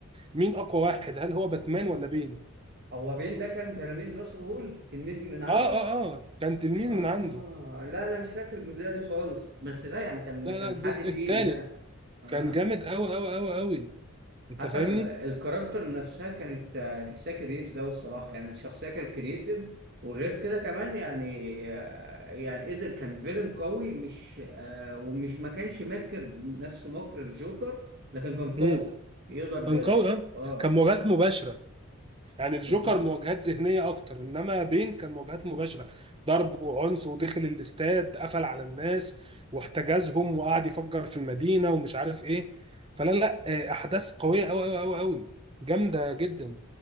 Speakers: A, on the right; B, on the right.
A: مين اقوى واحد هل هو باتمان ولا بين
B: هو بين ده كان تلميذ راسل هول تلميذ من عنده
A: اه اه اه كان تلميذ
B: اه
A: من عنده
B: لا انا مش فاكر الجزئيه دي خالص بس لا يعني كان
A: لا
B: كان
A: لا الجزء
B: حد تقيل
A: الثالث
B: يعني اه
A: كان جامد قوي قوي قوي قوي انت
B: حتى
A: فاهمني
B: ال- الكاركتر نفسها كانت آه، تحسها كرييتيف أوي الصراحة يعني الشخصية كانت كرييتيف وغير كده كمان يعني آه، يعني قدر كان فيلن قوي مش آه، ومش ما كانش ماكر نفس مكر الجوكر لكن كان قوي
A: امم
B: يقدر
A: كان قوي اه
B: اه آه،
A: كان مواجهات مباشره يعني الجوكر
B: بالظبط
A: مواجهات ذهنيه اكتر انما بين كان مواجهات مباشره ضرب وعنف ودخل الاستاد قفل على الناس واحتجزهم وقعد يفجر في المدينه ومش عارف ايه فلا لا آه، احداث قويه قوي قوي قوي قوي جامده جدا